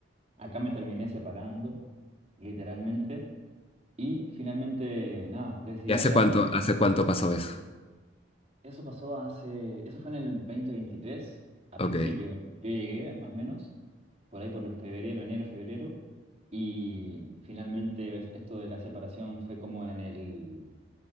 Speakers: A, on the right; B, on the left.
A: acá me terminé separando, literalmente. Y finalmente, nada, decidí
B: ¿Y hace
A: quedarme.
B: cuánto, hace cuánto pasó eso?
A: Eso pasó hace, eso fue en el 2023, a
B: Ok,
A: principio. Yo llegué, más o menos, por ahí por febrero, enero, febrero. Y finalmente es- esto de la separación fue como en el,